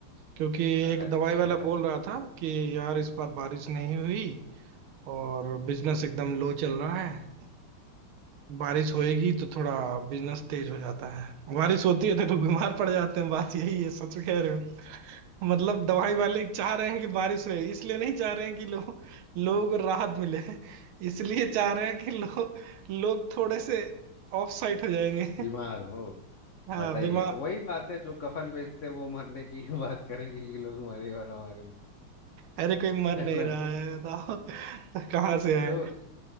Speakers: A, on the right; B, on the left.
A: क्योंकि
B: अच्छा
A: एक दवाई वाला बोल रहा था कि यार इस बार बारिश नहीं हुई और बिजनेस एकदम लो चल रहा है बारिश होएगी तो थोड़ा बिजनेस तेज हो जाता है बारिश होती है तो लोग बीमार पड़ जाते हैं बात यही है सच कह रहे हो मतलब दवाई वाले चाह रहे हैं कि बारिश होए इसलिए नहीं चाह रहे हैं कि लोग लोगों को राहत मिले इसलिए चाह रहे हैं कि लोग लोग थोड़े से ऑफ साइट हो जाएंगे
B: बीमार हो
A: हाँ
B: बताइए
A: बीमार
B: वही बात है जो कफन बेचते हैं वो मरने की ही बात करेंगे ये लोग हमारे और हमारे भी
A: अरे कोई मर
B: है
A: नहीं
B: ना
A: रहा है बताओ <laughs> कहाँ
B: तो
A: से है